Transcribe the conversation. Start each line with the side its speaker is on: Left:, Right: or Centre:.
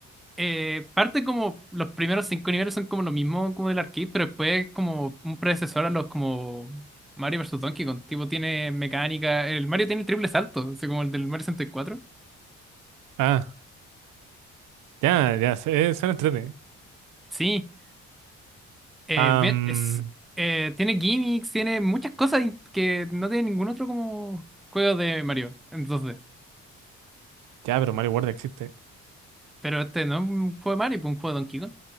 Centre: eh, parte como los primeros cinco niveles son como lo mismo como del arcade, pero después como un predecesor a los como Mario vs Donkey Kong, tipo tiene mecánica, el Mario tiene el triple salto, así como el del Mario 64.
Right: Ah, ya, ya, se- eh, suena 3
Centre: Sí, eh,
Right: Am,
Centre: bien, es, eh, tiene gimmicks, tiene muchas cosas in- que no tiene ningún otro como juego de Mario, entonces,
Right: ya, pero Mario World existe.
Centre: pero este no es un juego de Mario, pues un juego de Donkey Kong,